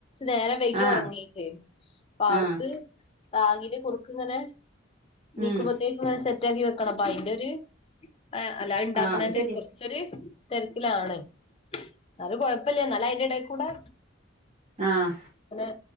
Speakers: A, on the left; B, on the right.
A: നേരം വൈകിയ
B: ആഹ്
A: ഉറങ്ങിട്ട് അപ്പൊ ആൾക്ക്
B: ആഹ്
A: റാഗിന്റെ കുറുക്കിങ്ങനെ നീക്കുമ്പത്തേക്കുംങ്ങനെ
B: ഉം
A: സെറ്റാക്കി വെക്കണം അപ്പൊ അയിന്റെ ഒര് ആ അല്ലാതെ ഇണ്ടാക്കണന്റെ
B: ആഹ് അത് ശരിയാ
A: കൊറച്ചൊരു തെരക്കിലാണ് ന്നാലും കുഴപ്പില്ല ന്നാലും അയിന്റെ എടെ കൂടെ
B: ആഹ്
A: പിന്നെ